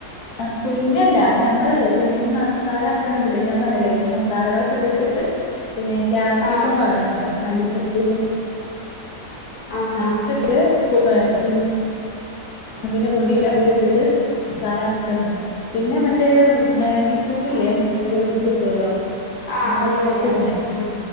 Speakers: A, on the left; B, on the left.
A: അ പുഴുങ്ങല്ല ഞമ്മള് പിന്നെ ഈ മസാല ആക്കണതില്ലേ ഞാൻ പറഞ്ഞ്ല്ലേ മസാലകളൊക്കെട്ടിട്ട് പിന്നെ ക്യാപ്സിക്കോം
B: ആഹ്
A: വേണം ട്ടോ മല്ലിച്ചെപ്പ്
B: ആഹ്
A: നടക്കത്ത് <unintelligible> അതിന്റെ പൊടി അതിലിട്ടിട്ടു മസാല ആക്കണ് പിന്ന മറ്റേ മാഗി ക്യൂബില്ലേ
B: ആഹ്
A: അങ്ങനരു ഇത് കിട്ടൂല്ലോ
B: ആഹ്
A: അമ്മള്
B: അറിയാം
A: ഇതീക്കിടണേ,
B: അറിയാം ഉം